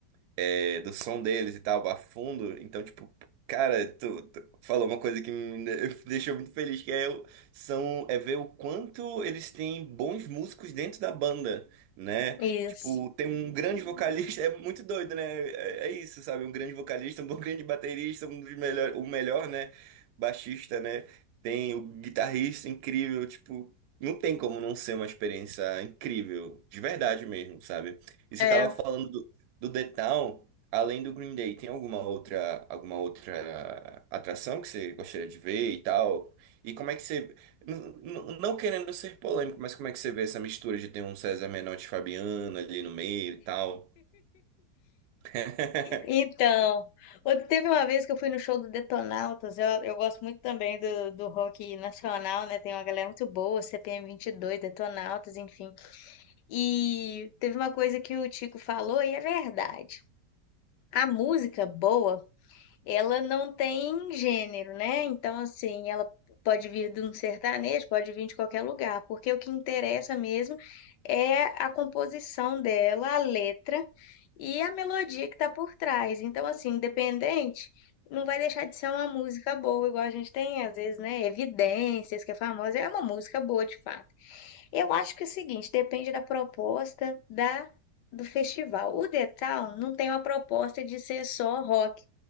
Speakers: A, on the right (about 70°); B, on the left (about 75°).
A: é, do som deles e tal, a fundo. Então, tipo, cara, tu, tu falou uma coisa que me me <laughs> deixou muito feliz, que é, o- são, é ver o quanto eles têm bons músicos dentro da banda, né?
B: Isso.
A: Tipo, tem um grande vocalista, <laughs> é muito doido, né? É, é isso, sabe? Um grande vocalista, um bom grande baterista, um dos melhor, o melhor, né? Baixista, né? Tem o guitarrista incrível, tipo, não tem como não ser uma experiência incrível, de verdade mesmo, sabe? E você
B: É.
A: tava falando do, do The Town, Além do Green Day, tem alguma outra, alguma outra atração que você gostaria de ver e tal? E como é que você. n- n- Não querendo ser polêmico, mas como é que você vê essa mistura de ter um César Menotti e Fabiano ali no meio e tal? <laughs>
B: Então, eu- teve uma vez que eu fui no show do Detonautas. Eu, eu gosto muito também do, do rock nacional, né? Tem uma galera muito boa, CPM dois Detonautas, enfim. E teve uma coisa que o Tico falou e é verdade. A música boa Ela não tem gênero, né? Então, assim, ela pode vir de um sertanejo, pode vir de qualquer lugar, porque o que interessa mesmo é a composição dela, a letra e a melodia que está por trás. Então, assim, independente, não vai deixar de ser uma música boa, igual a gente tem, às vezes, né? Evidências, que é famosa, é uma música boa de fato. Eu acho que é o seguinte, depende da proposta da. Do festival. O The Town não tem uma proposta de ser só rock